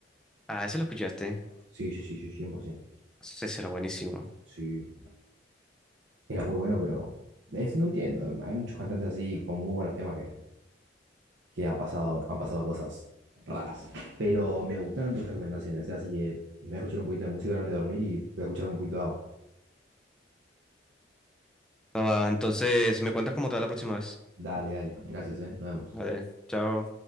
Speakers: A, in the centre; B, on the right.
A: Ah, ese lo escuchaste.
B: Sí, sí, sí, sí, cien por ciento
A: Ese será buenísimo.
B: Sí, era muy bueno, pero es, no entiendo. Hay muchos cantantes así con muy buenos temas que que ha pasado, han pasado cosas raras. Pero me gustaron tus recomendaciones, ¿eh? así que me voy a escuchar un poquito de música antes de dormir y voy a escuchar un poquito de agua.
A: Ah, va, entonces, me cuentas cómo te va la próxima vez.
B: Dale, dale. Gracias, ¿eh? Nos vemos.
A: Vale, chao.